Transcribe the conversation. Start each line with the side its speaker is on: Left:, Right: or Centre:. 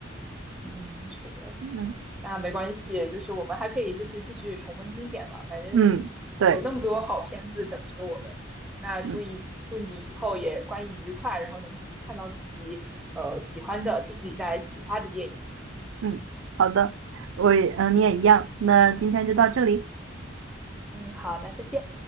Centre: 嗯，是的。
Right: 嗯
Centre: 那没关系，就是我们还可以就是继续重温经典吧，反正有那么多好片子等着我们。
Right: 嗯，对，
Centre: 那祝你祝你以后也观影愉快，
Right: 嗯
Centre: 然后能看到自己呃喜欢的，给自己带来启发的电影。
Right: 嗯，好的，我也嗯，你也一样。
Centre: 嗯
Right: 那今天就到这里。
Centre: 嗯，好，那再见。